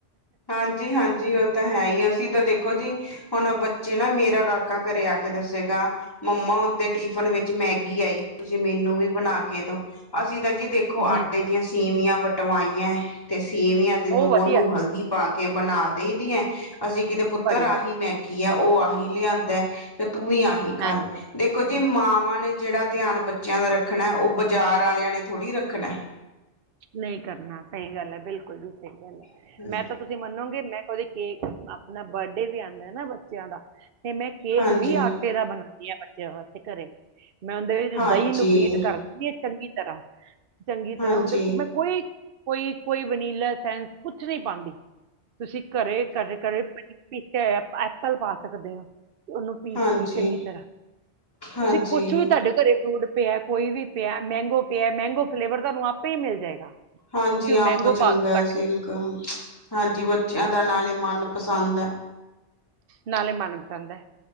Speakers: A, on the left; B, on the right.
A: ਹਾਂਜੀ- ਹਾਂਜੀ, ਉਹ ਤਾਂ ਹੈ ਹੀ ਆ, ਅਸੀਂ ਤਾਂ ਦੇਖੋ ਜੀ, ਹੁਣ ਬੱਚੇ ਨਾ ਮੇਰਾ ਕਾਕਾ ਘਰੇ ਆ ਕੇ ਦੱਸੇਗਾ ਮੰਮਾ ਹੁਣ ਤੇ ਟਿਫਨ ਵਿੱਚ ਮੈਗੀ ਆਈ ਤੁਸੀਂ ਮੈਨੂੰ ਵੀ ਬਣਾ ਕੇ ਦੋ, ਅਸੀਂ ਤਾਂ ਜੀ ਦੇਖੋ ਆਟੇ
B: ਜੀ ਜੀ
A: ਦੀਆਂ ਸੀਵੀਆਂ ਵਟਵਾਈਆਂ, ਤੇ ਸੇਵੀਆਂ ਤੇ
B: ਉਹ
A: ਨੂੰਨ
B: ਵਧੀਆ
A: ਨੂੰ ਹਲਦੀ ਪਾ ਕੇ ਬਣਾ ਦਈ ਦੀਆਂ, ਅਸੀਂ ਕਿਤੇ ਪੁੱਤਰ
B: ਬੜੀ
A: ਆਹੀ
B: ਵਧੀਆ ਗੱਲ
A: ਮੈਗੀ ਆ, ਉਹ ਆਹੀ ਲਿਆਂਦਾ, ਤੇ ਤੂੰ ਵੀ ਆਹੀ ਖਾ
B: ਹਾਂਜੀ
A: ਲੈ, ਦੇਖ
B: ਹਾਂਜੀ
A: ਦੇਖੋ ਜੀ, ਮਾਵਾਂ ਨੇ ਜਿਹੜਾ ਧਿਆਨ ਬੱਚਿਆਂ ਦਾ ਰੱਖਣਾ, ਉਹ ਬਾਜ਼ਾਰ ਵਾਲਿਆਂ ਨੇ ਥੋੜ੍ਹੀ ਰੱਖਣਾ।
B: ਨਹੀਂ ਕਰਨਾ, ਸਹੀ ਗੱਲ ਐ, ਬਿਲਕੁਲ ਵੀ ਸਹੀ ਗੱਲ ਐ।
A: <unintelligible>
B: ਤੁਸੀਂ ਮੰਨੋਗੇ, ਮੈਂ ਕਦੇ ਕੇਕ ਆਪਣਾ ਬਰਡੇ ਵੀ ਆਂਦਾ ਨਾ ਬੱਚਿਆਂ ਦਾ ਤੇ ਮੈਂ ਕੇਕ
A: ਹਾਂਜੀ,
B: ਵੀ ਆਟੇ ਦਾ ਬਣਾਂਦੀ ਆਂ, ਬੱਚਿਆਂ ਵਾਸਤੇ ਘਰੇਂ। ਮੈਂ ਉਹਦੇ
A: ਹਾਂਜੀ,
B: ਦਹੀਂ ਨੂੰ ਬੀਟ ਕਰ ਦਿੰਦੀ ਆ ਚੰਗੀ ਤਰ੍ਹਾਂ, ਚੰਗੀ
A: ਹਾਂਜੀ,
B: ਤਰ੍ਹਾਂ ਉਹਦੇ ਮੈਂ ਕੋਈ- ਕੋਈ- ਕੋਈ ਵਨੀਲਾ ਸੈਂਸ ਕੁਛ ਵੀ ਪਾਂਦੀ। ਤੁਸੀਂ ਘਰੇ-ਘਰੇ- ਘਰੇ ਪਪੀਤਾ, ਐਪਲ ਪਾ ਸਕਦੇ ਹੋ। ਉਹਨੂੰ ਪੀਸ
A: ਹਾਂਜੀ,
B: ਕੇ ਚੰਗੀ ਤਰ੍ਹਾਂ,
A: ਹਾਂਜੀ,
B: ਤੁਸੀਂ ਕੁਛ ਵੀ ਤੁਹਾਡੇ ਘਰੇ ਫਰੂਟ ਪਿਆ ਕੋਈ ਵੀ ਪਿਆ ਮੈਂਗੋ ਪਿਆ, ਮੈਂਗੋ ਫਲੇਵਰ ਤੁਹਾਨੂੰ ਆਪੇ ਹੀ ਮਿਲ ਜਾਏਗਾ।
A: ਹਾਂਜੀ
B: ਤੁਸੀਂ
A: ਅੰਬ ਚੰਗਾ
B: ਪਾ ਦੋ ਕੱਟ
A: ਐ ਸਿਲਕ,
B: ਕੇ
A: ਹਾਂਜੀ ਬੱਚਿਆਂ ਦਾ ਨਾਲੇ ਮਨ ਪਸੰਦ ਐ।
B: ਨਾਲੇ ਮਨ ਪਸੰਦ ਐ,